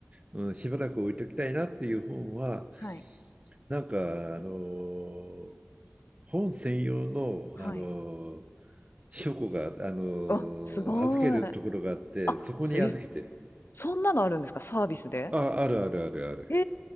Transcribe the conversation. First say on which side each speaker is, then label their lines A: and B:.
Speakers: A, on the right; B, on the left.
A: うん、しばらく置いときたいなっていう本は、
B: はい。
A: なんか、あのー本専用の、
B: はい。
A: あのー書庫が、あの
B: あ、すごい。
A: ー預けるところがあって、
B: あ、
A: そこに預けてる。
B: すえ、そんなのあるんですか？サービスで？
A: あ、あるあるあるある。
B: え